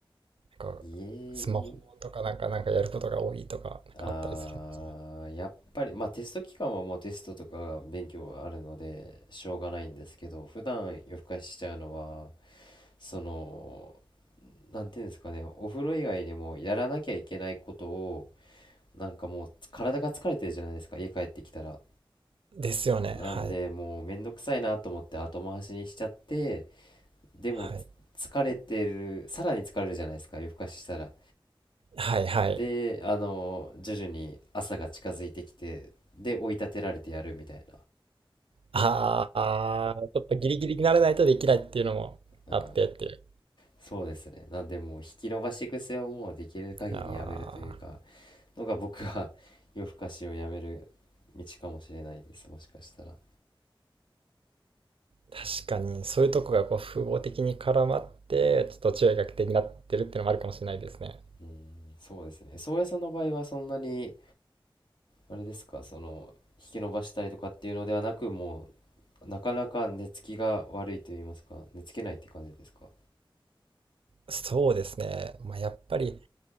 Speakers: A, on the right (about 85°); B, on the left (about 60°).
A: なんか、
B: 原いえ
A: スマホとかなんか、なんかやることが多いとか、なんかあったりするんですか
B: あーやっぱり、まあテスト期間はもうテストとか勉強があるので、しょうがないんですけど、普段夜更かししちゃうのは、その、なんていうんですかね、お風呂以外にもやらなきゃいけないことを、なんかもう体が疲れてるじゃないですか、家帰ってきたら。
A: ですよね。
B: なんでもうめんどくさいなと思って後回しにしちゃって
A: はい。
B: でもつ疲れてるさらに疲れるじゃないですか夜更かししたら
A: はい。はいはい。
B: であの徐々に朝が近づいてきてで追い立てられてやるみたい
A: ああ、ちょっとギリギリにならないとできないっていうのもあってっていう。
B: な、うん、そうですねなんでもう引き延ばし癖をもうできる限りやめるというか
A: ああ、
B: のが僕は <laughs> 夜更かしをやめる道かもしれないですもしかしたら
A: 確かにそういうとこがこう複合的に絡まって、ちょっと注意が欠点になってるっていうのもあるかもしれないですね。
B: うんそうですね宗谷さんの場合はそんなにあれですか、その、引き伸ばしたりとかっていうのではなく、もう、なかなか寝つきが悪いと言いますか、寝つけないって感じですか。
A: そうですね。まあ、やっぱり